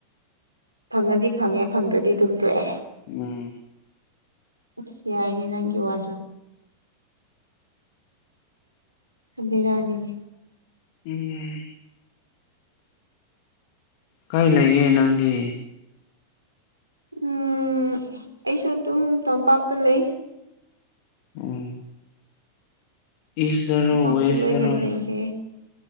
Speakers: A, on the right; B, on the left.
A: ꯐꯪꯉꯗꯤ ꯐꯪꯉꯦ ꯐꯪꯗ꯭ꯔꯗꯤ ꯑꯗꯨꯝ ꯇꯣꯛꯑꯦ꯫
B: ꯎꯝ꯫
A: ꯑꯁ ꯌꯥꯏ ꯅꯪꯒꯤ ꯋꯥꯁꯨ꯫ ꯕꯦꯔꯅꯤꯅꯤ
B: ꯎꯝ꯫ ꯀꯩ ꯂꯩꯒꯦ ꯅꯪꯗꯤ꯫
A: ꯎꯝ ꯑꯩꯁꯨ ꯑꯗꯨꯝ ꯇꯣꯝꯄꯥꯛꯇ ꯂꯩ꯫
B: ꯎꯝ꯫ ꯏꯁꯇꯔꯣ
A: ꯇꯝꯄꯥꯛꯇ
B: ꯋꯦꯁꯇꯔꯣ
A: ꯂꯣꯏꯅ ꯂꯩꯔꯦ